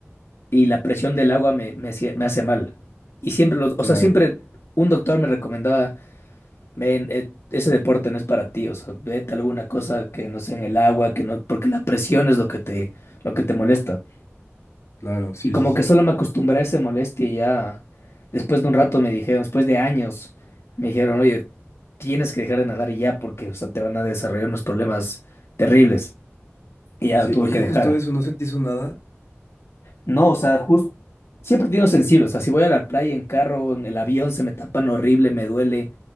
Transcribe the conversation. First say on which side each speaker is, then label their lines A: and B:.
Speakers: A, on the left; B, on the left.
A: y la presión del agua me, me, hacía- me hace mal. Y siempre los,
B: Claro.
A: o sea, siempre un doctor me recomendaba Ven, eh, ese deporte no es para ti, o sea, vete a alguna cosa que no sea en el agua, que no, porque la presión es lo que te, lo que te molesta.
B: Claro, sí,
A: Y como
B: sí, sí.
A: que solo me acostumbré a esa molestia y ya después de un rato me dijeron, después de años, me dijeron, oye, tienes que dejar de nadar ya porque, o sea, te van a desarrollar unos problemas terribles. Y ya
B: Sí,
A: lo tuve
B: oye,
A: que dejar.
B: justo eso, ¿no se te hizo nada?
A: No, o sea, justo, siempre he tenido sensible, o sea, si voy a la playa en carro, en el avión, se me tapan horrible, me duele,